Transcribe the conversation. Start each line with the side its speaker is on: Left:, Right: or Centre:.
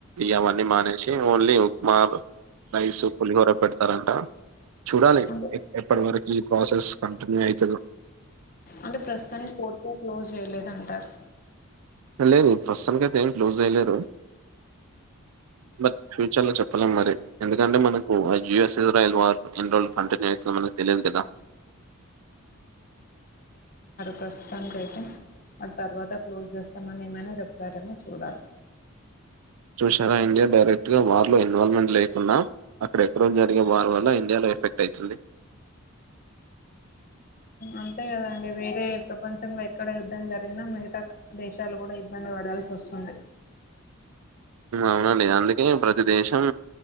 Right: అవన్నీ మానేసి ఓన్లీ ఉప్మా రైస్ పులిహోర పెడతారంట చూడాలి
Left: అంటే
Right: ఎప్పటి వరకు ఈ ప్రాసెస్ కంటిన్యూ అవుతదో
Left: అంటే ప్రస్తుతానికి పూర్తిగా క్లోజ్ చేయలేదంటారు
Right: లేదు ప్రస్తుతానికి అయితే ఏం క్లోజ్ అయ్యలేరు బట్ ఫ్యూచర్లో చెప్ప చెప్పలేం మరి ఎందుకంటే మనకు జూఎస్ ఇజ్రాయల్ వార్ ఏన్నీరోజులు కంటిన్యూ అయితాదో మనకి తెలియదు కదా
Left: ప్రస్తుతానికైతే బట్ తర్వాత క్లోజ్ చేస్తామని ఏమైనా చెప్తారేమో చూడాలి
Right: చూసారా ఇండియా డైరెక్ట్ గా వార్ లో ఇన్వాల్వ్మెంట్ లేకున్నా అక్కడ ఎక్కడో జరిగే వారు వల్ల ఇండియాలో ఎఫెక్ట్ అయితుంది
Left: అంతే కదా అండి వేరే ప్రపంచంలో ఎక్కడ యుద్ధం జరిగినా మిగతా దేశాలు కూడా ఇబ్బంది పడాల్సి వస్తుంది
Right: అవునండి అందుకే ప్రతి దేశం